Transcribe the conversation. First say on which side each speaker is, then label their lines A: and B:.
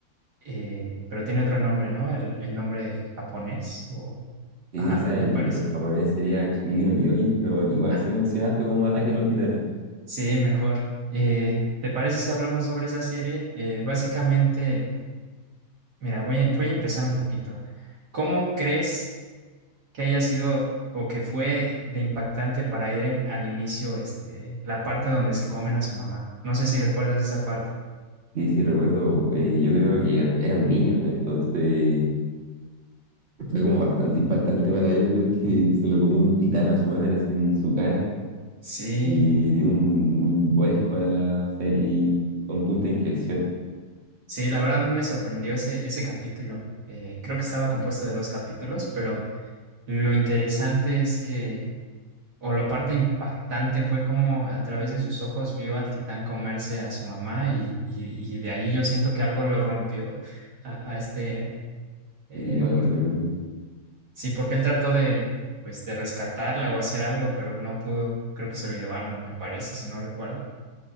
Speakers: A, on the right; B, on the right.
A: Eh, pero tiene otro nombre, ¿no? El, el nombre japonés o...
B: Sí,
A: Ajá,
B: o sea,
A: me
B: en,
A: parece.
B: en japonés sería Shingeki no Kyojin, pero aquí igual
A: Ah,
B: se menciona harto como Ataque a los Titanes.
A: sí, mejor. Eh, ¿te parece si hablamos sobre esa serie? Eh, básicamente, mira, voy a- voy a empezar un poquito. ¿Cómo crees? que haya sido o que fue de impactante para Eren al inicio, este, la parte donde se comen a su mamá. No sé si recuerdas esa parte.
B: Y si recuerdo, eh, yo creo que era un niño, entonces fue como bastante impactante para él ver que se lo comió un titán a su madre así en su cara
A: Sí,
B: y dio un, un vuelco a la serie y fue un punto de inflexión.
A: sí, la verdad a mí me sorprendió ese, ese capítulo. Eh, creo que estaba compuesto de dos capítulos, pero lo interesante es que, o la parte impactante fue como a través de sus ojos vio al titán comerse a su mamá y, y, y de ahí yo siento que algo lo rompió a, a este Eren. Eh,
B: Y igual, lo primero,
A: Sí, porque él trató de, pues, de rescatarla o hacer algo, pero no pudo. Creo que se lo llevaron, me parece, si no recuerda.